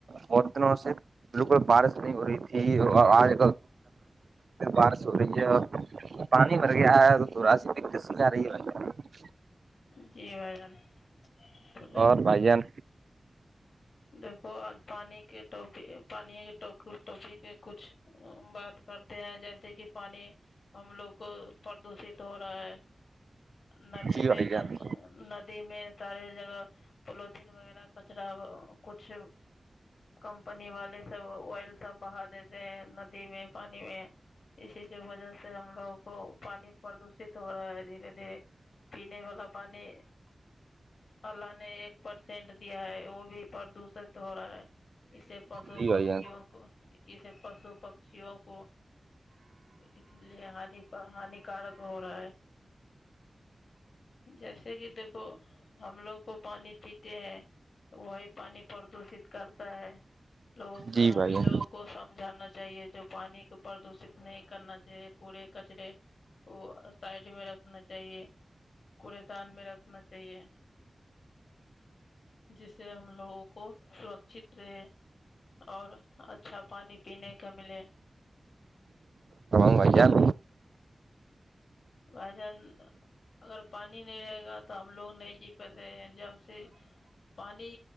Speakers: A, on the right; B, on the left.
A: بہت دنوں سے بلکل بارش نہیں ہو رہی تھی اور آج بارش ہو رہی ہے اور پانی بھر گیا ہے تو تھوڑا سا <inaudible> ست سگ رہی ل ہے <unintelligible> <inaudible>
B: جی بھائی جان تو
A: اور بھائی جان
B: دھو آج پانی کے ٹپی پانی ٹوپی کے کچھ <inaudible> بات کرتے ہیں جیسے کہ پانی ہم لوگ کو پردوشت ہو رہا ہے نلی
A: جی بھائی
B: میں
A: جان
B: دی میں سارے جگہ پلیوتھن وغیرہ کچرا کچھ کمپنی والے سب آئل سب بہا دیتے ہیں ندی میں پانی میں اسی کی وجہ سے ہم لوگوں کو پانی پردوشت ہو رہا ہے دھیرے دھیرے پینے والا پانی اللہ نے ایک پرسینٹ دیا ہے وہ بھی پردوشت ہو رہا ہے اسے پشو
A: جی بھائی
B: پکشیوں
A: جان
B: کو اسے پشو پکشیوں کو اسی لیے ہانی ہانی کارک ہو رہا ہے جیسے کہ دیکھو ہم لوگ کو پانی پیتے ہیں وہی پانی پردوشت کرتا ہے لوگوں کو
A: جی
B: ہمیں
A: بھائی جان
B: لوگوں کو سمجھانا چاہیے جو پانی پردوشت نہیں کرنا چاہیے کوڑے کچرے وہ سائڈ میں رکھنا چاہیے کوڑے دان میں رکھنا چاہیے جسے ہم لوگوں کو سرکچھت رہے اور اچھا پانی پینے کا ملے
A: بھایی جان
B: وجن <inaudible> اگر پانی نہیں رہے گا تو ہم لوگ نہیں جی پاتے ہیں جب سے پانی